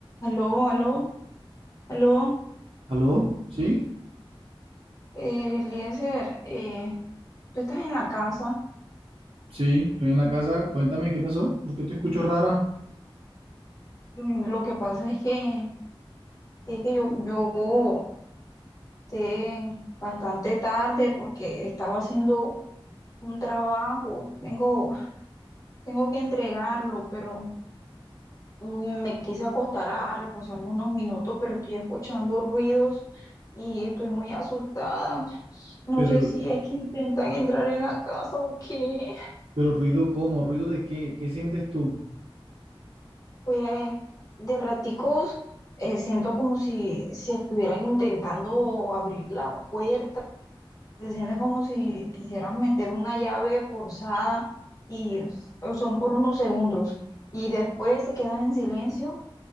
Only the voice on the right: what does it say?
¿Aló? Sí,
sí, estoy en la casa. Cuéntame qué pasó, porque te escucho rara,
pero,
pero ruido cómo, ruido de qué, ¿qué sientes tú?